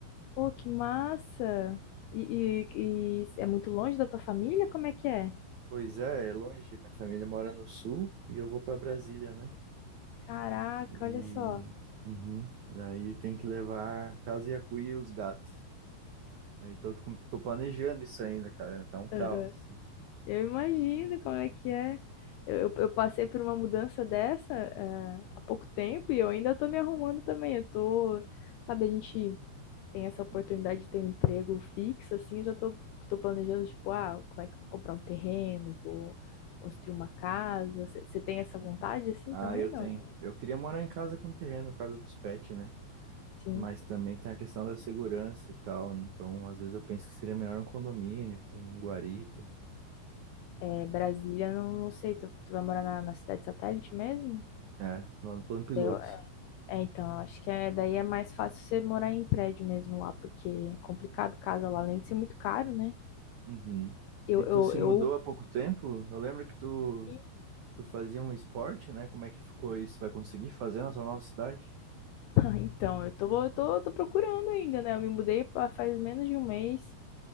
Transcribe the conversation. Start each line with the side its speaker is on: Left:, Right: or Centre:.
Left: Pô, que massa! E, e- e é muito longe da tua família? Como é que é?
Right: Pois é, é longe, minha família mora no sul e eu vou para Brasília, né?
Left: Caraca,
Right: E
Left: olha só.
Right: uhum, daí tem que levar a casa e a cuia e os gatos. Aí tô, com- tô planejando isso ainda, cara. Tá um caos,
Left: Aham.
Right: assim.
Left: Eu imagino como é que é. Eu, eu- eu passei por uma mudança dessa, eh, há pouco tempo e eu ainda tô me arrumando também. Eu tô, sabe, a gente tem essa oportunidade
Right: Uhum,
Left: de ter um emprego fixo, assim, eu já tô, tô planejando, tipo, ah, como é que eu vou comprar um terreno, vou construir uma casa. Você tem essa vontade
Right: uhum.
Left: assim
Right: Ah,
Left: também,
Right: eu
Left: não?
Right: tenho. Eu queria morar em casa com terreno, por causa dos pets, né?
Left: Sim.
Right: Mas também tem a questão da segurança e tal. Então, às vezes eu penso que seria melhor um condomínio com um guarita.
Left: É, Brasília, não, não sei, tu, tu vai morar na, na cidade satélite mesmo?
Right: É, lá no plano piloto.
Left: Eu, é, é, então, eu acho que é, daí é mais fácil você morar em prédio mesmo lá, porque é complicado casa lá, além de ser muito caro, né?
Right: Uhum.
Left: Eu,
Right: E tu
Left: eu,
Right: se
Left: eu,
Right: mudou há pouco tempo? Eu lembro que tu,
Left: <laughs>
Right: tu fazia um esporte, né? Como é que ficou isso? Vai conseguir fazer na tua nova cidade?
Left: então, eu tô, eu tô, tô procurando ainda, né? Eu me mudei pa- faz menos de um mês